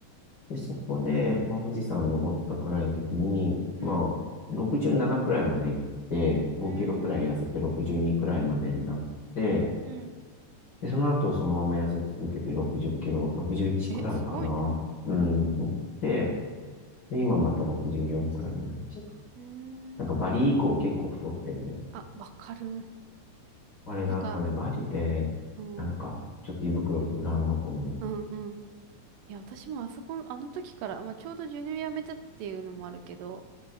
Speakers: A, on the left; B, on the right.
A: で、そこで、まあ、富士山登ったくらいの時に、
B: うん。
A: まあ、67くじゅうななくらいまで行って、5キロくらい痩せて62くじゅうにくらいまでになって、
B: うーん。うん。
A: で、その後そのまま痩せ続けて60キロ、61くじゅういちくらいかな。
B: え、すごいね。
A: うん、行って、で、今また64くじゅうよんくらいになって。
B: うー
A: なんかバリ以降結構太ってんだよね。
B: ん。あ、わかる。
A: あれだ、
B: てか、
A: やっぱね、バリで、
B: うん。
A: なんか、ちょっと胃袋膨らんだと思う。
B: うん、うん。いや、私もあそこの、あの時から、まあ、ちょうど授乳やめたっていうのもあるけど、